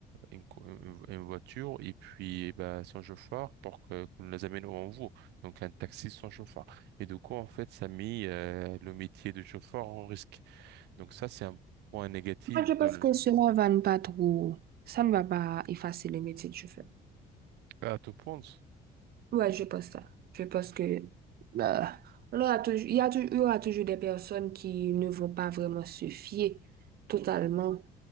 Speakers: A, on the right; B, on the right.
A: une, co- une- une voiture et puis ben, sans chauffeur pour que qu'on les amène où on veut. Donc, un taxi sans chauffeur. Et du coup, en fait, ça a mis euh, le métier de chauffeur en risque. Donc, ça, c'est un point négatif
B: Moi, je
A: dans
B: pense
A: le...
B: que cela va ne pas trop, ça ne va pas effacer le métier que je fais.
A: Ah, tu penses?
B: Ouais, je pense ça. Je pense que euh, on aura toujours, il y a toujours, il y aura toujours des personnes qui ne vont pas vraiment se fier totalement,